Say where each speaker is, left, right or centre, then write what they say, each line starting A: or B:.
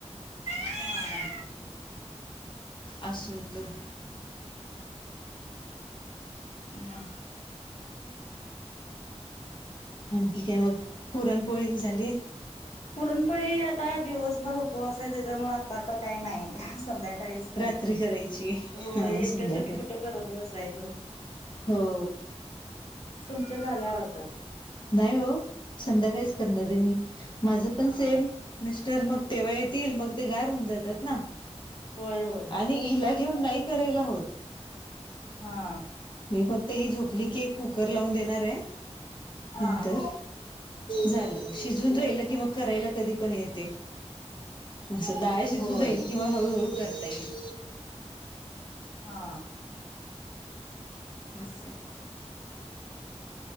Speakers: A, on the left; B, on the left.
A: हा
B: असं होत.
A: मग
B: आणखी काय मग पुरणपोळी झालेय?
A: पुरणपळी आता दिवसभर उपवास आहे. त्याच्यामुळे आता तर काही नाही. संध्याकाळीच की.
B: रात्री करायची हा
A: होय एकट्या
B: संध्याकाळी
A: साठी कुठं करत बसायचं.
B: हो.
A: तुमच्या झाल्या वाटत.
B: नाही हो संध्याकाळीच करणार आहे मी. माझं पण
A: हा.
B: Same mister. मग तेव्हा येतील मग ते गार होऊन जातात ना.
A: होय होय
B: आणि हिला घेऊन नाही करायला होत.
A: हा
B: मी फक्त ही झोपली की एक कुकर लावून देणार आहे.
A: हा
B: नंतर. झालं मग शिजू न राहिल कि मग. करायला कधी पण येते. अस डाळ शिजून
A: होय
B: राहिली किं मग हळूहळू करता येईल.
A: हा.
B: असये.